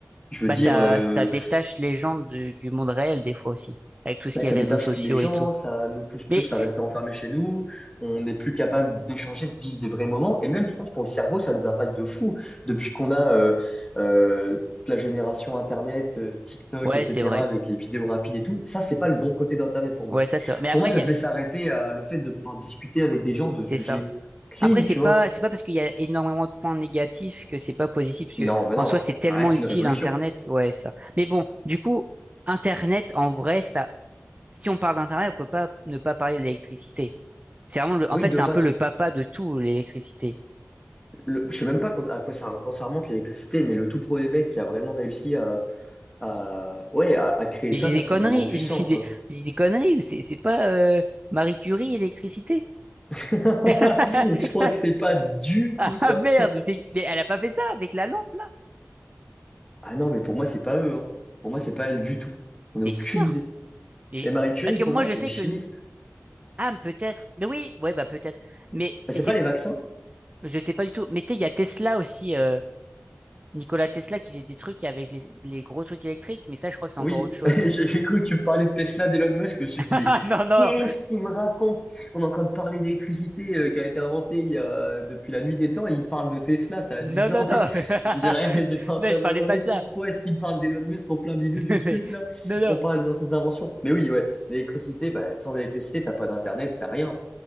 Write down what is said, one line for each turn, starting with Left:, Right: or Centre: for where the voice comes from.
Left: je veux
Right: Bah,
Left: dire,
Right: ça,
Left: euh,
Right: ça détache les gens du, du monde réel, des fois aussi. Avec tout ce
Left: Ouais,
Right: qui
Left: ça
Right: est réseaux
Left: détache
Right: sociaux
Left: les gens,
Right: et tout.
Left: ça nous pousse plus
Right: Mais,
Left: à rester enfermés chez nous, on n'est plus capable d'échanger, de vivre des vrais moments. Et même, je pense, pour le cerveau, ça a des impacts de fou. Depuis qu'on a euh, euh, toute la génération Internet, euh, TikTok,
Right: ouais,
Left: etc.,
Right: c'est vrai.
Left: avec les vidéos rapides et tout, ça, c'est pas le bon côté d'Internet pour moi.
Right: Ouais, ça, c'est vrai. Mais après,
Left: Pour moi, ça
Right: il y a,
Left: devait s'arrêter à le fait de pouvoir discuter avec des gens de
Right: c'est
Left: sujets
Right: ça.
Left: clean,
Right: Après, c'est
Left: tu
Right: pas,
Left: vois.
Right: c'est pas parce qu'il y a énormément de points négatifs que c'est pas positif, parce que
Left: Non, mais
Right: en
Left: non,
Right: soi, c'est tellement
Left: ça reste
Right: utile
Left: une révolution.
Right: Internet, ouais, ça. Mais bon, du coup, Internet, en vrai, ça, si on parle d'Internet, on peut pas ne pas parler de l'électricité. C'est vraiment le,
Left: Oui,
Right: en fait,
Left: de
Right: c'est
Left: base,
Right: un peu le papa de tout, l'électricité.
Left: le- je sais même pas quand- à quoi ça, quand ça remonte l'électricité, mais le tout premier mec qui a vraiment réussi à à- ouais, à, à créer
Right: Mais
Left: ça,
Right: j'ai
Left: ça
Right: des
Left: c'est
Right: conneries,
Left: vraiment puissant,
Right: <laughs> j'ai dit des,
Left: quoi.
Right: j'ai des conneries, ou c'est, c'est pas, euh, Marie Curie, l'électricité.
Left: <laughs>
Right: <laughs>
Left: Je crois que c'est pas du
Right: Ah
Left: tout ça.
Right: merde, c'est- mais elle a pas fait ça avec la lampe, là?
Left: Ah non, mais pour moi, c'est pas eux, hein. Pour moi, c'est pas elle du tout. on n'a
Right: T'es
Left: aucune
Right: sûr?
Left: idée.
Right: Mais,
Left: Mais Marie Curie,
Right: parce que
Left: pour
Right: moi,
Left: moi,
Right: je
Left: c'est
Right: sais
Left: une chimiste.
Right: que, ah, peut-être, mais oui, ouais, bah, peut-être. Mais
Left: Bah, c'est
Right: c'est
Left: pas les vaccins?
Right: Je sais pas du tout. Mais tu sais, il y a Tesla aussi, euh, Nikola Tesla qui faisait des trucs avec les, les gros trucs électriques, mais ça, je crois que c'est
Left: Oui,
Right: encore autre chose.
Left: <laughs> j'ai j'ai cru que tu me parlais de Tesla, d'Elon Musk. Je me suis
Right: <laughs>
Left: dit, mais
Right: Non, non,
Left: qu'est-ce qu'il me raconte? On est en train de parler d'électricité euh, qui a été inventée il y a- depuis la nuit des temps et il me parle de Tesla, ça a
Right: non,
Left: 10
Right: non,
Left: ans.
Right: non.
Left: <laughs>
Right: <laughs>
Left: J'ai rien- J'étais en
Right: Non,
Left: train
Right: je
Left: de
Right: parlais
Left: me demander
Right: pas de
Left: pourquoi
Right: ça.
Left: est-ce qu'il me parle d'Elon Musk en plein milieu
Right: <laughs>
Left: du truc
Right: Mais-
Left: là.
Right: Non, non.
Left: On parle des anciennes inventions. Mais oui, ouais, l'électricité, bah, sans l'électricité, t'as pas d'internet, t'as rien.